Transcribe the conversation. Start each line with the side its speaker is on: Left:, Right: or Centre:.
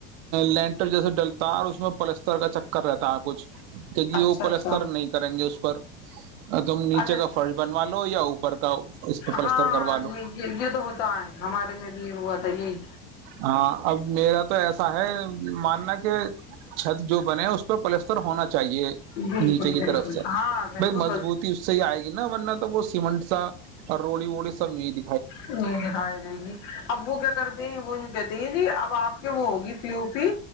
Right: لینٹر جیسے ڈلتا ہے اور اس میں پلستر کا چکر رہتا ہے کچھ کہ جو
Left: اچھا
Right: وہ پلستر
Left: اچھا
Right: نہیں کریں گے اس پر تم نیچے
Left: اچھا
Right: کا فرش بنوا لو یا اوپر کا اس پ پلستر
Left: ہاں
Right: کروا
Left: یہ
Right: لو
Left: یہ تو ہوتا ہے ہمارے میں بھی ہوا تھا یہی
Right: ہاں اب میرا تو ایسا ہے ماننا کہ چھت جو بنے اس پہ پلستر ہونا چاہیے
Left: بالکل
Right: نیچے کی
Left: بالکل
Right: طرف سے
Left: ہاں بالکل
Right: بھائی مضبوطی اس سے ہی آئے گی نا ورنہ تو وہ سیمنٹ سا ہر رولی وولی سبجد
Left: نہیں دکھائی دے گی اب وہ کیا کرتے ہیں وہ کہتی ہیں جی اب آپ کے وہ ہوگی پی او پی